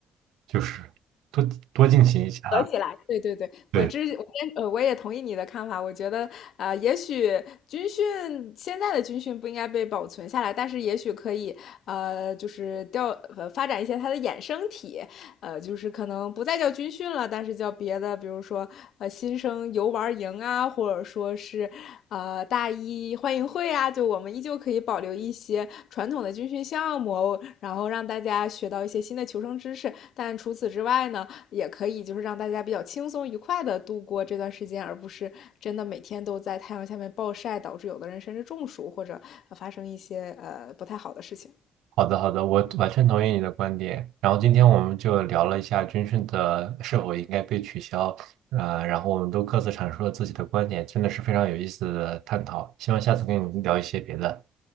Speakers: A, on the right; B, on the left.
A: 就是多多进行一下啊，
B: 合起来。对对对，我之我先呃我也同意你的看法，
A: 对。
B: 我觉得啊呃也许军训现在的军训不应该被保存下来，但是也许可以呃就是调呃发展一些它的衍生体，呃就是可能不再叫军训了，但是叫别的，比如说呃新生游玩营啊，或者说是呃大一欢迎会啊，就我们依旧可以保留一些传统的军训项目，然后让大家学到一些新的求生知识。但除此之外呢，也可以就是让大家比较轻松愉快的度过这段时间，而不是真的每天都在太阳下面暴晒，导致有的人甚至中暑或者发生一些呃不太好的事情。
A: 好的，好的，我完全同意你的观点。然后今天我们就聊了一下军训的是否应该被取消，呃，然后我们都各自阐述了自己的观点，真的是非常有意思的探讨。希望下次跟你聊一些别的。